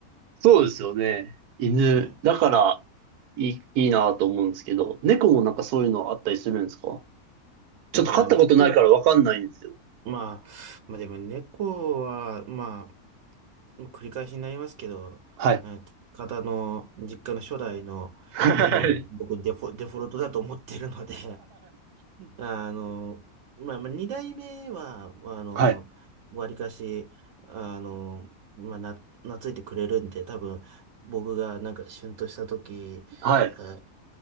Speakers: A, on the right; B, on the right.
A: そうですよね。犬。
B: はい。
A: だから、いい、いいなと思うんですけど、猫もなんかそういうのあったりするんですかちょっと飼ったことないからわかんないんですよ。
B: まあ、猫、まあ、まあでも猫は、まあ、繰り返しになりますけど、
A: はい。
B: あ方の、実家の初代の猫は僕デフォ、
A: はい。
B: デフォルトだと思ってるので、あの、まあ、まあ、二代目は、まあの、
A: はい。はい。
B: わりかし、あの、まあ、な、懐いてくれるんで、多分、僕がなんか、旬とした時、
A: はい
B: あ